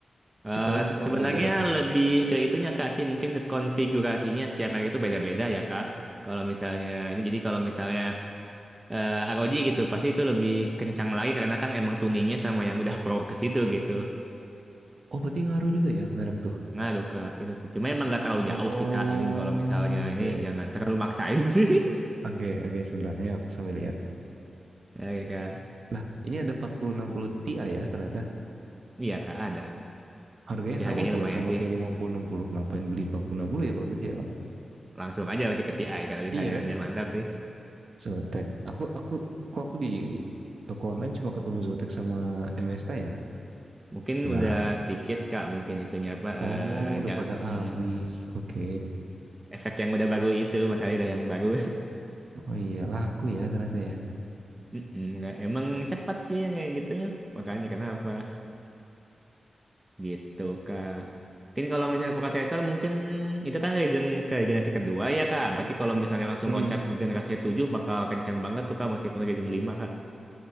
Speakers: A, on the right (about 15°); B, on the right (about 55°).
A: Eh,
B: C- Paling cuma
A: sebenarnya
B: beda
A: lebih ke itunya kak sih mungkin ke konfigurasinya setiap merek itu beda-beda ya kak kalau misalnya ini jadi kalau misalnya eh, ROG gitu pasti itu lebih kencang lagi karena kan emang tuningnya sama yang udah pro ke situ gitu
B: Oh, berarti ngaruh juga ya merek tuh.
A: ngaruh kak itu cuma emang nggak terlalu
B: Oh,
A: jauh sih kak jadi kalau misalnya
B: oke.
A: ini jangan terlalu maksain sih
B: Oke, oke, sebentarnya aku sambil lihat.
A: <laughs> ya kak
B: Lah, ini ada empat puluh enam puluh Ti ya ternyata.
A: iya kak ada
B: Harganya
A: tapi
B: sama
A: harganya
B: pula
A: lumayan
B: sama
A: sih
B: kayak lima puluh enam puluh Ngapain beli empat puluh enam puluh ya kalau gitu ya orang?
A: langsung aja berarti ke TI kalau
B: Iya
A: misalnya
B: kan?
A: udah mantap sih.
B: Zotac. Aku aku kok aku di toko online cuma ketemu Zotac sama MSI ya?
A: Mungkin
B: Nah,
A: udah sedikit Kak, mungkin itunya apa eh
B: oh udah
A: ja-
B: pada habis.
A: mm-mm.
B: Oke.
A: efek yang udah baru itu, masalahnya udah yang baru.
B: Oh iya, laku ya ternyata ya.
A: <laughs> Mm-mm, nggak- emang cepat sih yang kayak gitu. Makanya kenapa? Gitu Kak. Mungkin kalau misalnya prosesor mungkin itu kan Ryzen ke generasi kedua ya Kak. Berarti kalau misalnya langsung
B: Hmm.
A: loncat ke generasi 7 bakal kencang banget tuh Kak meskipun Ryzen lima Kak.